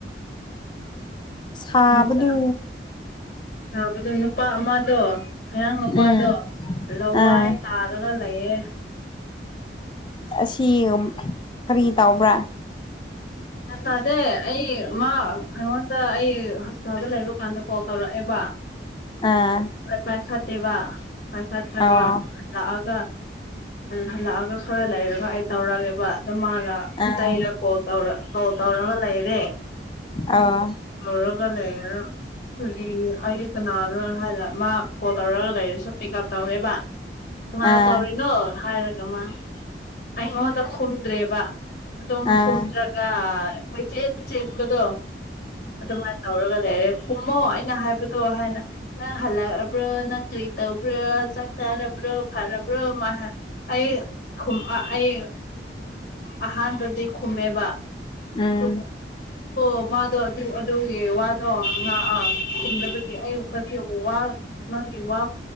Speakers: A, on the left; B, on the left.
A: ꯁꯥꯕꯗꯨ
B: ꯅꯨꯡꯁꯥ ꯁꯥꯕꯗꯣ ꯅꯨꯄꯥ ꯑꯃꯗꯣ ꯃꯌꯥꯡ ꯅꯨꯄꯥꯗꯣ
A: ꯎꯝ
B: ꯂꯋꯥꯏ
A: ꯑꯥ
B: ꯇꯥꯔꯒ ꯂꯩꯌꯦ
A: ꯑꯁꯤ ꯀꯔꯤ ꯇꯕ꯭ꯔꯥ
B: ꯭ꯌꯥꯟ ꯇꯥꯗꯦ ꯑꯩ ꯃꯥ ꯑꯩꯉꯣꯟꯗ ꯑꯩ ꯍꯁꯄꯤꯇꯥꯜꯗ ꯂꯩꯕ ꯀꯥꯟꯗ ꯀꯣꯜ ꯇꯧꯔꯛꯑꯦꯕ
A: ꯑꯥ
B: ꯄꯥꯏꯈꯥ ꯇꯦꯕ ꯄꯥꯏꯈꯥ ꯊ꯭ꯔꯒ
A: ꯑꯣ
B: ꯂꯥꯛꯑꯒ ꯍꯜꯂꯛꯑꯒ ꯈꯔ ꯂꯩꯔꯒ ꯑꯩ ꯇꯧꯔꯒꯦꯕ ꯑꯗꯨꯣ ꯃꯥꯅ
A: ꯑꯥ
B: ꯇꯔ ꯀꯣꯜ ꯇꯧꯔ ꯍꯧ ꯇꯧꯔꯒ ꯂꯩꯔꯦ
A: ꯑꯣ
B: ꯇꯧꯔꯒ ꯂꯩꯔ ꯑꯩꯈꯒꯤ ꯑꯩ ꯀꯅꯥꯅꯣ ꯍꯥꯏꯗꯅ ꯃꯥ ꯐꯣꯟꯜ ꯇꯧꯔꯒ ꯂꯩꯔꯦꯁꯨ ꯄꯤꯛ ꯎꯞ ꯇꯧꯔꯦꯕ ꯀꯃꯥꯏꯅ
A: ꯑꯥ
B: ꯇꯧꯔꯤꯅꯣ ꯍꯥꯏꯔꯒ ꯃꯥ ꯑꯩꯉꯣꯟꯗ ꯈꯨꯝꯗ꯭ꯔꯦꯕ ꯑꯗꯨꯝ
A: ꯑꯥ
B: ꯍ ꯇ꯭ꯔ ꯑꯩꯈꯣꯏ ꯆꯦ ꯆꯦ ꯈꯟꯕꯗꯣ ꯑꯗꯨꯃꯥꯏꯅ ꯇꯧꯔꯒ ꯂꯩꯔꯦ ꯈꯨꯝꯃꯣ ꯑꯩꯅ ꯍꯥꯏꯕꯗꯣ ꯍꯥꯏꯅ ꯅ ꯍꯜꯂ ꯅꯪ ꯀꯩ ꯇꯧꯕ꯭ꯔꯥ ꯆꯥꯛ ꯆꯥꯔꯕ꯭ꯔꯥ ꯐꯔꯕ꯭ꯔꯣ ꯑꯩ ꯑꯩ ꯑꯍꯥꯟꯕꯗꯤ ꯈꯨꯝꯃꯦꯕ
A: ꯎꯝ
B: ꯑꯗꯨ ꯑ ꯃꯥꯗꯣ ꯑꯗꯨ ꯑꯗꯨꯒꯤ ꯋꯥꯗꯣ ꯑꯥ ꯈꯨꯝꯗꯕꯒꯤ ꯑꯌꯨꯛꯀꯅꯤꯨ ꯋꯥ ꯅꯪꯒꯤ ꯋꯥ